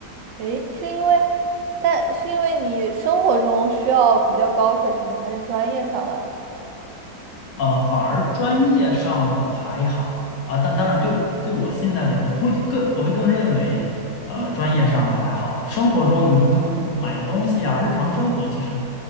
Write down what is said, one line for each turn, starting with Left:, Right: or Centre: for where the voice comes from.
Right: 诶，是因为，但是因为你生活中需要比较高水平的，还是专业上啊？
Left: 呃，反而专业上的还好啊，但当然对我对我现在来，我会更我会更认为，呃，
Right: 嗯
Left: 专业上的还好。生活中你说就买个东西啊，日常生活其实